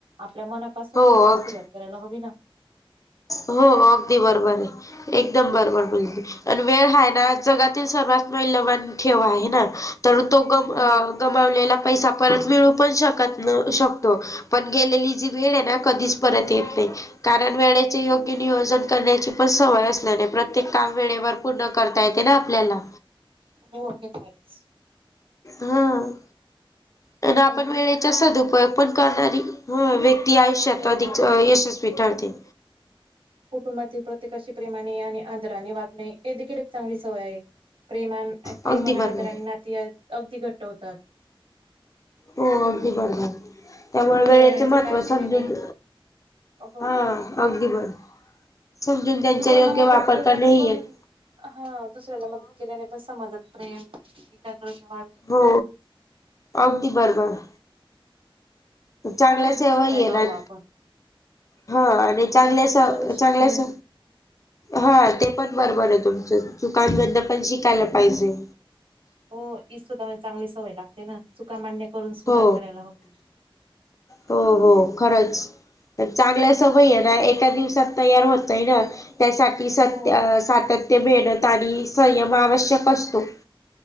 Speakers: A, on the right; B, on the left.
A: आपल्या मनापासूनच
B: हो
A: आपण सुरवात
B: अग
A: करायला हवी ना!
B: हो अगदी बरोबर आहे. एकदम बरोबर बोललीस आणि वेळ हा ना जगातील सर्वात मौल्यवान ठेवाआहे ना तर तो ग
A: हो
B: गमावलेला पैसा परत मिळू पण शकतो पण गेलेली जी वेळ आहे ना कधीच परत येत नाही. कारण वेळेचे योग्य नियोजन करण्याची पण सवय असल्याने प्रत्येक काम वेळेवर पूर्ण करता येते ना आपल्याला.
A: हो हेेच आहेच.
B: हा. ते आपण
A: म्हणजे
B: वेळेचा
A: कसं आहे आपल्या
B: असदुपयोग
A: म्हणा
B: करणारी व्यक्ती आयुष्यात
A: हो
B: अधिक यशस्वी ठरते.
A: कुटुंबातील प्रत्येकाशी प्रेमाने आणि आदराने वागणे हे देखील एक चांगली सवय आहे. प्रेमा प्रेमान
B: अगदी बरोबर.
A: आदारने नाती अगदी घट्ट होतात.
B: हो अगदी बरोबर. त्यामुळे
A: पर्यावरणाची
B: वेळेचं महत्त्व
A: काळजी
B: समजून
A: घेणे हो
B: हा अगदी बरोबर. समजून त्यांचा
A: दुसऱ्याला
B: योग्य
A: मदत
B: वापरता
A: केल्याने
B: नाही
A: पण
B: येत.
A: हा दुसऱ्याला मदत केल्याने पण समाजात प्रेम एकाद्र वा
B: हो. अगदी बरोबर.
A: चुकांमधून
B: चांगल्या सवय
A: शिकायला
B: येणार.
A: हवं आपण.
B: हा. आणि चांगल्या
A: आपण चुकांमधून
B: स
A: शिकणे
B: चांगल्या स हा ते पण बरोबर आहे तुमचं. चूकान मधून पण शिकायला पाहिजे.
A: हो इ सुद्धा चांगली सवय लागते ना चुका मान्य करून सुधार
B: हो
A: करायला हवी.
B: हो हो खरंच. तर चांगल्या सवय आहे ना एका दिवसात तयार होतं नाही ना त्यासाठी सत्य
A: हो
B: सातत्य, मेहनत आणि संयम आवश्यक असतो.